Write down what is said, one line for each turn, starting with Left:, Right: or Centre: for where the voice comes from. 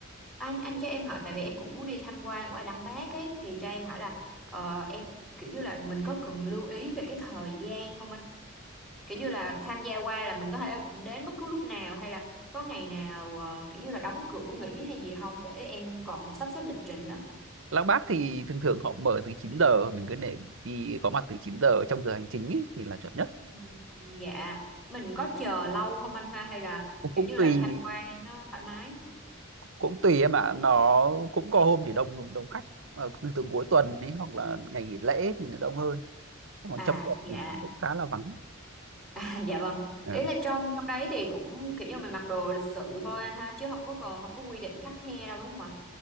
Centre: anh anh cho em hỏi tại vì em cũng muốn đi tham quan qua Lăng Bác ấy thì cho em hỏi là ờ, em kiểu như là mình có cần lưu ý về cái thời gian không anh kiểu như là tham gia qua là mình có thể đến bất cứ lúc nào hay là có ngày nào ờ, kiểu như là đóng cửa nghỉ hay gì không để em còn sắp xếp lịch trình đó
Right: Lăng Bác thì thường thường họ mở từ 9 giờ mình cứ để đi có mặt từ 9 giờ trong giờ hành chính ấy, thì là chuẩn nhất
Centre: Ừ, dạ mình có chờ lâu không anh ha hay là
Right: cũng cũng
Centre: kiểu như
Right: tùy
Centre: là tham quan nó thoải mái
Right: cũng tùy em ạ nó cũng có hôm thì đông đông khách mà thường thường cuối tuần ấy hoặc là ngày nghỉ lễ thì nó đông hơn còn
Centre: à
Right: trong tuần
Centre: dạ
Right: thì cũng khá là vắng
Centre: À, dạ vâng
Right: Ừ.
Centre: ý là trong trong đấy thì cũng kiểu như mình mặc đồ lịch sự thôi anh ha chứ không có còn không có quy định khắt khe đâu đúng không ạ